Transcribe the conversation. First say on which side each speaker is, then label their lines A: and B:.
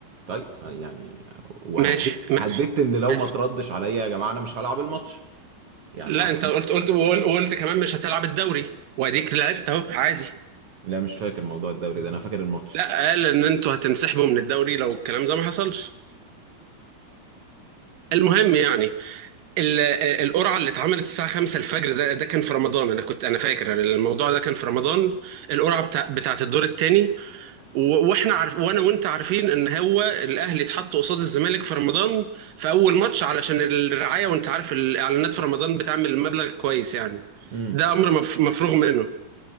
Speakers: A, on the right; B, on the right.
A: طيب ه- يعني وهددت
B: ماشي ماشي
A: هددت إن لو
B: ماشي
A: ما تردش عليا يا جماعة أنا مش هلعب الماتش يعني
B: لا
A: عشان
B: انت قلت قلت وقلت وقلت كمان مش هتلعب الدوري واديك لعبت اهو عادي
A: لا مش فاكر موضوع الدوري ده انا فاكر الماتش
B: لا قال ان انتوا هتنسحبوا من الدوري لو الكلام ده ما حصلش المهم يعني ال- القرعه اللي اتعملت الساعه 5 الفجر ده ده كان في رمضان انا كنت انا فاكر الموضوع ده كان في رمضان القرعه بتاع بتاعت الدور الثاني واحنا عارف وانا وانت عارفين ان هو الاهلي اتحط قصاد الزمالك في رمضان في اول ماتش علشان الرعايه وانت عارف الاعلانات في رمضان بتعمل مبلغ كويس يعني
A: امم
B: ده امر مف- مفروغ منه